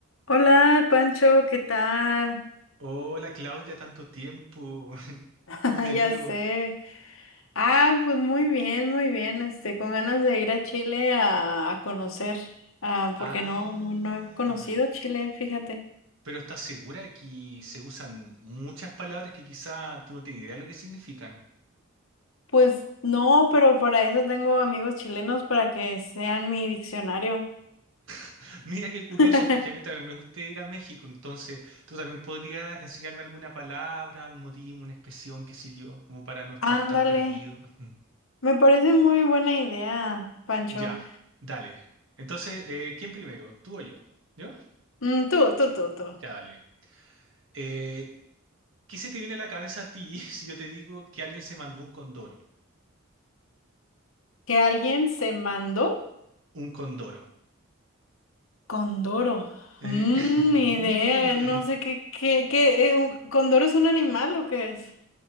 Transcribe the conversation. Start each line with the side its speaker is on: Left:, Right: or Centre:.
Left: Hola, Pancho, ¿qué tal?
Right: Hola Claudia, tanto tiempo. <laughs>
Left: <laughs> Ah,
Right: ¿Cómo te
Left: Ya
Right: ha ido?
Left: sé. Ah, pues muy bien, muy bien. Este, con ganas de ir a Chile a, a conocer, ah,
Right: Ah,
Left: porque no, no, no he conocido Chile, fíjate.
Right: pero ¿estás segura que se usan muchas palabras que quizá tú no tienes idea de lo que significan?
Left: Pues no, pero para eso tengo amigos chilenos para que sean mi diccionario.
Right: <laughs> Mira qué curioso,
Left: <laughs>
Right: porque a mí también me gusta ir a México, entonces tú también podrías enseñarme alguna palabra, un modismo, una expresión, qué sé yo, como para no estar
Left: Ándale,
Right: tan perdido. <laughs>
Left: me parece muy buena idea, Pancho.
Right: Ya, dale. Entonces, eh, ¿quién primero? ¿Tú o yo? ¿Yo?
Left: Mm, tú, tú, tú, tú.
Right: Ya, dale. Eh, ¿qué se te viene a la cabeza a ti <laughs> si yo te digo que alguien se mandó un condoro?
Left: Que alguien se mandó.
Right: Un condoro.
Left: Condoro.
Right: Eh,
Left: Mm, ni
Right: <laughs> mm,
Left: idea, no sé qué, qué, qué, eh, un- ¿Condoro es un animal o qué es?